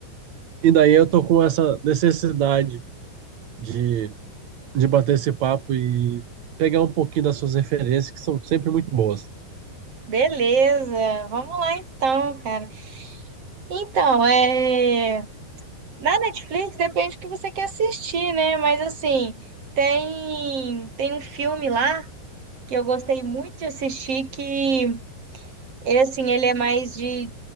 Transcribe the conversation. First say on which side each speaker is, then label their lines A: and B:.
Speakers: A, on the right; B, on the right.
A: E daí eu tô com essa necessidade de, de bater esse papo e pegar um pouquinho das suas referências, que são sempre muito boas.
B: Beleza. Vamos lá então, cara. Então, é. Na Netflix depende do que você quer assistir, né? Mas assim, tem tem um filme lá que eu gostei muito de assistir que ele assim, ele é mais de,